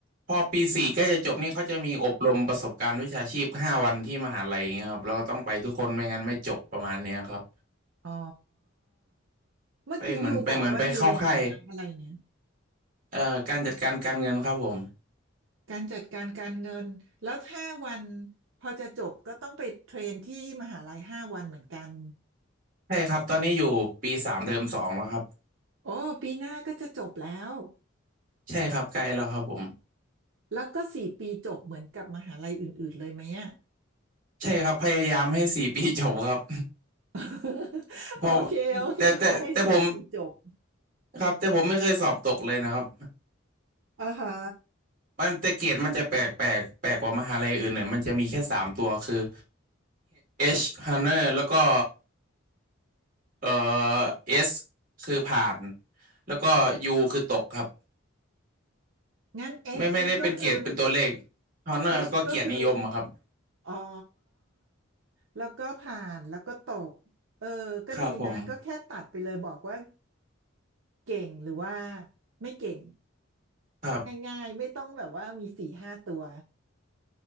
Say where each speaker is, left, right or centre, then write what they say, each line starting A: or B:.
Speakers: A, on the right; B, on the right.
A: พอปีสี่ใกล้จะจบนี่เขาจะมีอบรมประสบการณ์วิชาชีพห้าวันที่มหาลัยอย่างเงี้ยครับเราต้องไปทุกคนไม่งั้นไม่จบประมาณเนี้ยครับ
B: อ๋อเมื่อกี้ยูบอกว่ายูเรียนคณะอะไรนะ
A: ไปเหมือนไปเหมือนไปเข้าค่ายเอ่อการจัดการการเงินครับผม
B: การจัดการการเงินแล้วห้าวันพอจะจบก็ต้องไปเทรนที่มหาลัยห้าวันเหมือนกัน
A: ใช่ครับตอนนี้อยู่ปีสามเทอมสองแล้วครับ
B: โอ้ ปีหน้าก็จะจบแล้ว
A: ใช่ครับใกล้แล้วครับผม
B: แล้วก็สี่ปีจบเหมือนกับมหาลัยอื่นๆเลยไหมอะ
A: ใช่ครับพยายามให้สี่ <laughs> ปีจบครับ
B: <laughs>
A: <laughs> เพราะ
B: โอเคโอเคขอให้สี่ปีจบ
A: แต่แต่แต่ผม ครับแต่ผมไม่เคยสอบตกเลยนะครับ
B: อ่าฮะ
A: มันแต่เกรดมันจะแปลกแปลกแปลกกว่ามหาลัยอื่นหน่อยมันจะมีแค่สามตัวคือ H Honor แล้วก็เอ่อ S คือผ่านแล้วก็ U คือตกครับ
B: งั้น H
A: ไม่ไม่ได้เป็นเกรดเป็นตัวเลข
B: นี่ก็คือ
A: Honor
B: H
A: ก็เกียรตินิยมอะครับ
B: ก็คืออ๋อแล้วก็ผ่านแล้วก็ตกเออก็ดีนะก็แค่ตัดไปเลยบอกว่า
A: ครับผม
B: เก่งหรือว่าไม่เก่ง
A: ครับ
B: ง่ายๆไม่ต้องแบบว่ามีสี่ห้าตัว